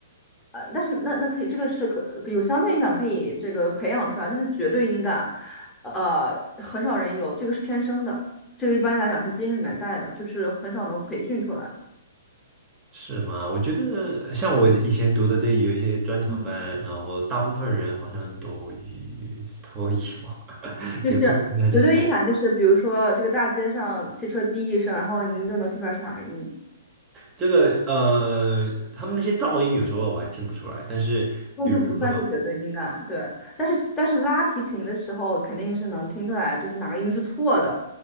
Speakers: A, on the left; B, on the right.
A: 呃，但是那那可以，这个是可有相对应感，可以这个培养出来，但是绝对音感，呃，很少人有，这个是天生的，这个一般来讲是基因里面带的，就是很少能培训出来。
B: 是吗？我觉得像我以前读的这有一些专场班，
A: 嗯
B: 然后大部分人好像都有 <laughs> 都有，<laughs>
A: 就是
B: 对，可能还是不太
A: 绝对音感，就是比如说这个大街上汽车滴一声，然后您就能听出来是哪个音。
B: 这个呃，他们那些噪音有时候我还听不出来，但是比如说
A: 那就不算是绝对音感，对。但是但是拉提琴的时候，肯定是能听出来，就是哪个音是错的，